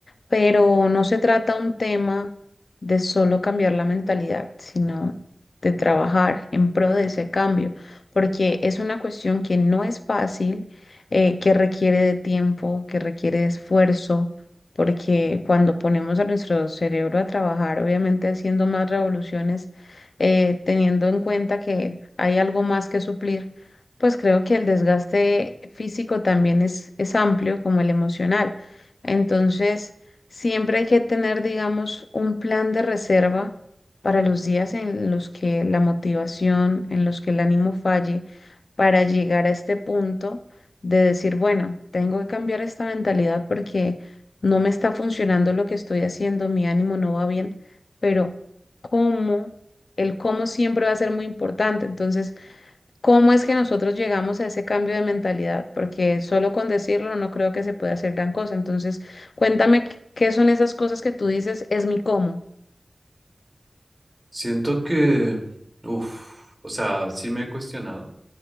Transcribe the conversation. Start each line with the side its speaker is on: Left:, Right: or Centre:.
Left: pero no se trata un tema de solo cambiar la mentalidad, sino de trabajar en pro de ese cambio, porque es una cuestión que no es fácil, eh, que requiere de tiempo, que requiere de esfuerzo, porque cuando ponemos a nuestro cerebro a trabajar, obviamente haciendo más revoluciones, eh, teniendo en cuenta que hay algo más que suplir, pues creo que el desgaste físico también es, es amplio como el emocional. Entonces, Siempre hay que tener, digamos, un plan de reserva para los días en los que la motivación, en los que el ánimo falle, para llegar a este punto de decir, bueno, tengo que cambiar esta mentalidad porque no me está funcionando lo que estoy haciendo, mi ánimo no va bien, pero cómo, el cómo siempre va a ser muy importante. Entonces, ¿Cómo es que nosotros llegamos a ese cambio de mentalidad? Porque solo con decirlo no creo que se pueda hacer gran cosa. Entonces, cuéntame qué qué son esas cosas que tú dices, es mi cómo.
Right: Siento que, uff, o sea, sí me he cuestionado